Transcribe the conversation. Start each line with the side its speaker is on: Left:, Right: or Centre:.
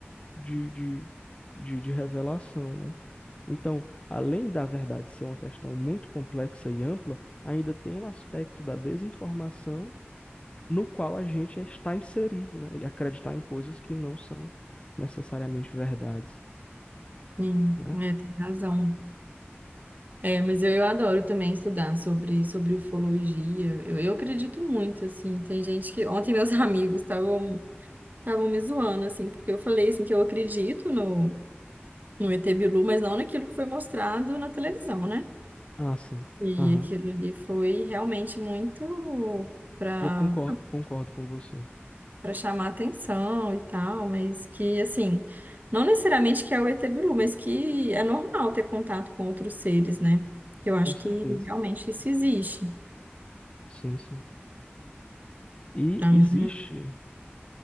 Left: de, de, de, de revelação, né? Então, além da verdade ser uma questão muito complexa e ampla, ainda tem o aspecto da desinformação no qual a gente está inserido, né? E acreditar em coisas que não são necessariamente verdades,
Right: Sim,
Left: né?
Right: é, tem razão. É, mas eu, eu adoro também estudar sobre, sobre ufologia. Eu, eu acredito muito, assim. Tem gente que. Ontem meus <laughs> amigos estavam estavam me zoando, assim, porque eu falei assim que eu acredito no, no ET Bilu, mas não naquilo que foi mostrado na televisão, né?
Left: Ah, sim.
Right: E
Left: Aham.
Right: aquilo ali foi realmente muito para
Left: Eu concordo, concordo com você.
Right: para chamar atenção e tal, mas que assim, não necessariamente que é o ET Bilu, mas que é normal ter contato com outros seres, né? Que eu acho
Left: Com certeza.
Right: que realmente isso existe.
Left: Sim, sim. E
Right: Para
Left: existe.
Right: mim,